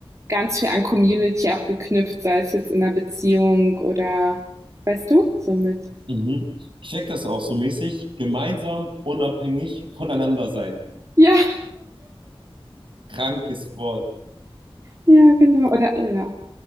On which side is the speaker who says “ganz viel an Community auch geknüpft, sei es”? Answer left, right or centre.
Right